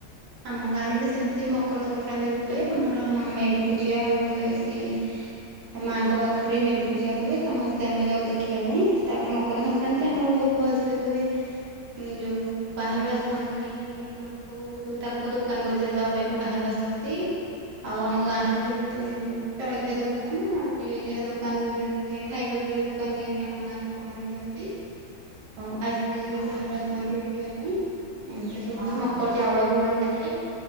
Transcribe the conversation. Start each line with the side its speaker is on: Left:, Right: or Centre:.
Right: ଆମ ଗାଁରେ ବି ସେମିତି ମକର ସଂକ୍ରାନ୍ତି ହୁଏ, ଆମର ମେରୁ ପୂଜା ହୁଏ ସେଇ ମାଆଙ୍କ ପାଖରେ ମେରୁ ପୂଜା ହୁଏ ସମସ୍ତେ ଆମେ ଯାଉ ଦେଖିବା ପାଇଁ। ତାପରେ ମକର ସଂକ୍ରାନ୍ତି
Left: ହଁ
Right: ଆମର ବହୁତ ଭଲ ସେ ହୁଏ। ଯୋଉ ବାହାରୁ ଆସନ୍ତି ଲୋକ ଯୋଉ ତାଙ୍କ ଦୋକାନ ବଜାର ଦବା ପାଇଁ ବାହାରୁ ଆସନ୍ତି। ଆଉ
Left: ହଁ।
Right: ଆମ ଗାଁରୁ ଯେତେ ଯୋଉ ଜଳଖିଆ ଦୋକାନ ଆଉ ଯିଏ ଯାହା ଦୋକାନ ଦିଅନ୍ତି ଯାଇ ଖାଇବା ପିଇବା ଦୋକାନ ଯାଇକି ଆମ ଗାଁ ଲୋକ ମାନେ ଦିଅନ୍ତି। ଆଉ ଆଇସ୍ କ୍ରିମ୍
Left: ହଁ
Right: ବି ବାହାରୁ ଆସନ୍ତି ବିକିବା ପାଇଁ। ଏମିତି ସବୁ
Left: ହଁ
Right: ହୁଏ
Left: ହଁ।
Right: ମକର ଚାଉଳ ବି ବଣ୍ଟା ହୁଏ।